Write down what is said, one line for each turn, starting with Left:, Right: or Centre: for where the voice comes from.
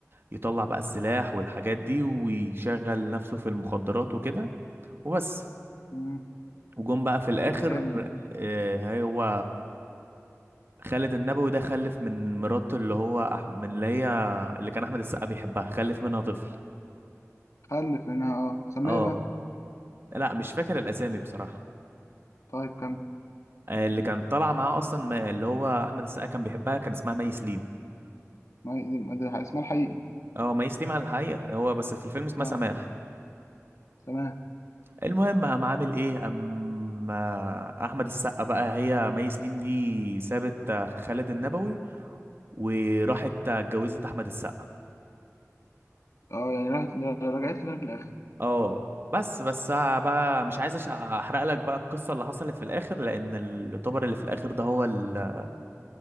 Right: يطلع بقى السلاح والحاجات دي ويشغل نفسه في المخدرات وكده وبس
Left: مم.
Right: وجم بقى في الاخر
Left: ده جامد ده
Right: آه، هو خالد النبوي ده خلف من مراته اللي هو أح... من اللي هي اللي كان احمد السقا بيحبها خلف منها طفل
Left: خلف منها اه سميه
Right: اه
Left: بقى
Right: لا مش فاكر الاسامي بصراحة
Left: طيب كمل
Right: آه، اللي كانت طالعه معاه اصلا ما- اللي هو احمد السقا كان بيحبها كان اسمها مي سليم
Left: ما هي- ده اسمها الحقيقي
Right: اه مي سليم على الحقيقه هو بس في الفيلم اسمها
Left: اه
Right: سماح
Left: تمام
Right: المهم قام عامل ايه اما احمد السقا بقى هي مي سليم دي سابت آه، خالد النبوي وراحت آه، اتجوزت احمد السقا
Left: اه يعني راحت رجعت له تاني في الاخر
Right: اه بس بس آه، بقى مش عايز أش- احرق لك بقى القصه اللي حصلت في الاخر لان الطبر اللي في الاخر ده هو ال-